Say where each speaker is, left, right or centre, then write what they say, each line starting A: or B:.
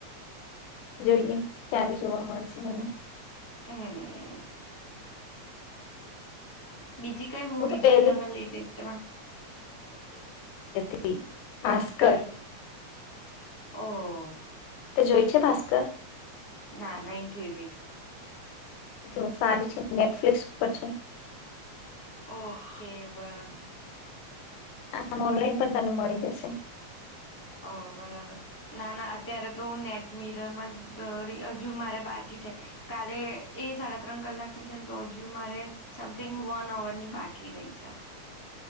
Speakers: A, on the left (about 85°); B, on the left (about 15°).
A: જોઈએ ક્યારે જોવા મળશે. હમમ
B: હમમ બીજી કઈ મુવી
A: હું તો
B: જોઈ
A: પેલી
B: તમે લેટેસ્ટમાં
A: તી ભાસ્કર.
B: કઈ? ઓ
A: તે જોઈ છે ભાસ્કર?
B: ના નહી જોય ભઈ.
A: જો સારી છે નેટફ્લિક્સ ઉપર છે.
B: ઓકે બરાબર.
A: આ ઓનલાઈન પણ તને મળી જશે.
B: ઓ બરાબર ના ના અત્યારે તો હું નેટ મીરમ જરી હજુ મારે બાકી છે કાલે એ સાડા ત્રણ કલાકની છે ને તો હજુ મારે સમથિંગ વન અવર ની બાકી રહી છે.